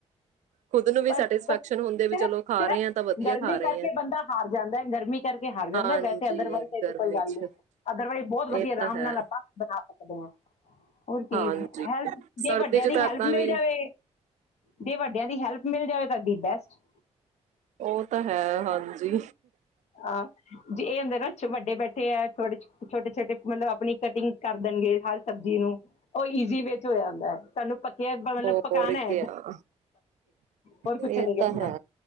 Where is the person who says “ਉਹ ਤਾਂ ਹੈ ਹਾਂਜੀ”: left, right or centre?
Right